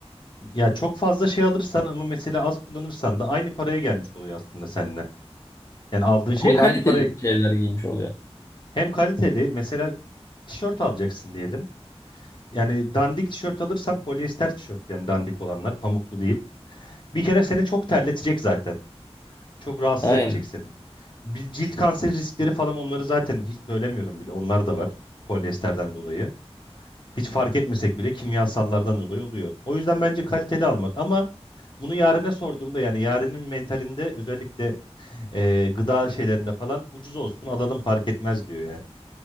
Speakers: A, on the left; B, on the left.
A: Ya çok fazla şey alırsan ama mesela az kullanırsan da aynı paraya gelmiş oluyor aslında seninle. Yani aldığın şeyle
B: Ama kaliteli
A: aynı paraya.
B: şeyler giymiş oluyor.
A: Hem kaliteli mesela tişört alacaksın diyelim. Yani dandik tişört alırsan polyester tişört yani dandik olanlar pamuklu değil. Bir kere seni çok terletecek zaten. Çok rahatsız
B: Aynen.
A: edecek seni. Bir cilt kanseri riskleri falan onları zaten hiç söylemiyorum bile. Onlar da var polyesterden dolayı. Hiç fark etmesek bile kimyasallardan dolayı oluyor. O yüzden bence kaliteli almak ama bunu yarına sorduğumda yani yarının mentalinde özellikle e, gıda şeylerinde falan ucuz olsun alalım fark etmez diyor yani.